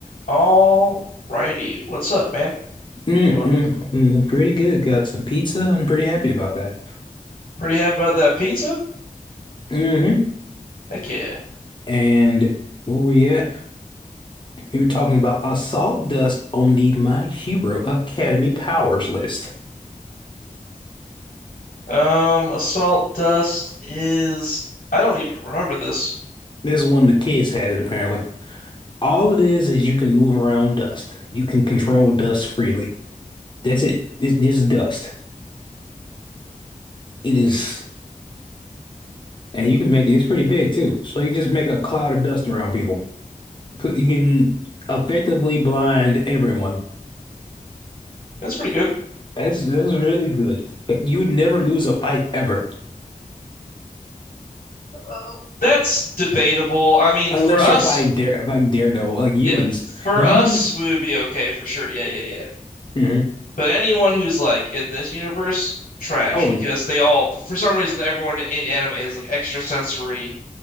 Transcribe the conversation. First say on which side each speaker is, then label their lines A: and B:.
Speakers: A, on the left (about 60°); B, on the left (about 35°).
A: All righty. What's up, man?
B: Mm,
A: How you doing?
B: hmm Pretty good. Got some pizza. I'm pretty happy about that.
A: Pretty happy about that pizza?
B: hmm
A: Heck yeah.
B: And where we at? You were talking about assault dust on the My Hero Academy powers list.
A: Um, assault dust is I don't even remember this.
B: This is one the kids had it apparently. All it is is you can move around dust. You can control dust freely. That's it. It's just dust. It is, and you can make it. It's pretty big too. So you just make a cloud of dust around people. You can effectively blind everyone
A: That's pretty good.
B: That's that's really good. Like you would never lose a fight ever,
A: Oh. That's debatable. I mean,
B: unless
A: for us,
B: you're fighting dare fighting Daredevil, like humans.
A: yeah, for
B: Human.
A: us we would be okay for sure. Yeah, yeah, yeah.
B: hmm
A: But anyone who's like in this universe, trash
B: Oh.
A: because they all for some reason everyone in anime has like extra sensory,